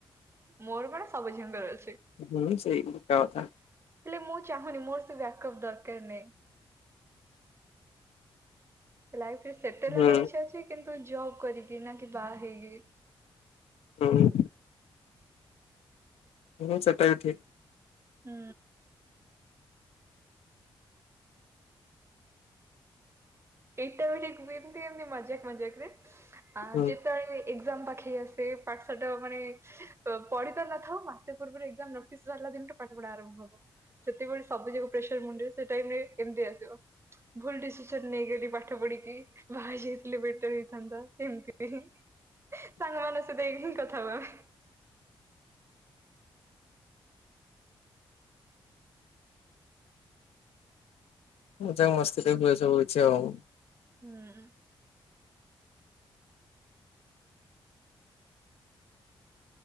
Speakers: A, on the right; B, on the left.
A: ମୋର କଣ ସବୁ ଝିଅଙ୍କର ଅଛି।
B: ହୁଁ ସେଇ ଏକା କଥା।
A: ହେଲେ ମୁଁ ଚାହୁଁନି ମୋର ସେ ବ୍ୟାକଅପ୍ ଦରକାର ନାହିଁ। ଲାଇଫ ରେ ସେଟେଲେ
B: ହୁଁ
A: ହେବାର ଇଚ୍ଛା ଅଛି କିନ୍ତୁ ଜବ୍ କରିକି ନା କି ବାହା ହେଇକି।
B: ହୁଁ। ହୁଁ ସେଟା ବି ଠିକ୍।
A: ହୁଁ। ଏଇଟା ବି ଟିକ ଏମିତି ଏମିତି ମଜାକ ମଜାକ ରେ ଆ
B: ହୁଁ
A: ଯେତେଳେ ଏକ୍ଜାମ ପାଖେଇ ଆସେ ପାଠ ଶାଟ ମାନେ ପଢି ତ ନଥାଉ ମାସେ ପୂର୍ବରୁ ଏକ୍ସାମ ନୋଟିସ୍ ବାହାରିଲା ଦିନରେ ପାଠ ପଢା ଆରମ୍ଭ ହବ। ଯେତେବେଳ ସବୁଯାକ ପ୍ରେସର ମୁଣ୍ଡ ସେ ଟାଇମ୍ ରେ କେମିତି ଆସିବ ଭୁଲ ଡିସିସନ ନେଇଗଲି। ପାଠ ପଢିକି ବାହା ହେଇ ଯାଇଥିଲେ ବେଟର ହେଇଥାନ୍ତା ଏମିତି। ସାଙ୍ଗ ମାନଙ୍କ ସହିତ ଏହିଁ କଥା ହଉ ଆମେ।
B: ମଜା ମସ୍ତି ରେ ହୁଏ ସବୁ କିଛି ଆଉ।
A: ହୁଁ।